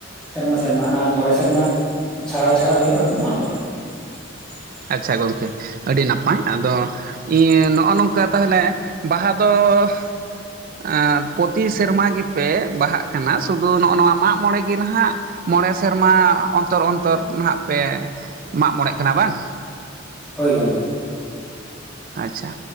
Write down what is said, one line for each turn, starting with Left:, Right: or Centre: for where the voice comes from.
Centre: ᱥᱮᱨᱢᱟ ᱥᱮᱨᱢᱟ ᱟᱨ ᱢᱚᱬᱮ ᱥᱮᱨᱢᱟ ᱪᱷᱟᱲᱟ ᱪᱷᱟᱲᱟ ᱦᱩᱭᱩᱜᱼᱟ ᱢᱟᱜ ᱢᱚᱬᱮ। <inaudible>
Right: ᱟᱪᱪᱷᱟ ᱜᱚᱢᱠᱮ ᱟᱹᱰᱤ ᱱᱟᱯᱟᱭ᱾ ᱟᱫᱚ ᱼᱼ ᱤᱭᱟᱹ ᱱᱚᱜᱼᱚ ᱱᱚᱝᱠᱟ ᱛᱟᱦᱟᱞᱮ ᱵᱟᱦᱟ ᱫᱚ ᱼᱼ ᱟᱸ ᱯᱨᱚᱛᱤ ᱥᱮᱨᱢᱟ ᱜᱮᱯᱮ ᱵᱟᱦᱟᱜ ᱠᱟᱱᱟ ᱥᱩᱫᱷᱩ ᱱᱚᱜᱼᱚ ᱱᱚᱣᱟ ᱢᱟᱜ ᱢᱚᱬᱮ ᱜᱮ ᱱᱟᱦᱟᱸᱜ ᱼᱼ ᱢᱚᱬᱮ ᱥᱮᱨᱢᱟ ᱚᱱᱛᱚᱨ ᱚᱱᱛᱚᱨ ᱱᱟᱦᱟᱸᱜ ᱯᱮ ᱢᱟᱜ ᱢᱚᱬᱮᱜ ᱠᱟᱱᱟ ᱵᱟᱝ?
Centre: ᱦᱳᱭ ᱜᱚᱝᱠᱮ
Right: ᱟᱪᱪᱷᱟ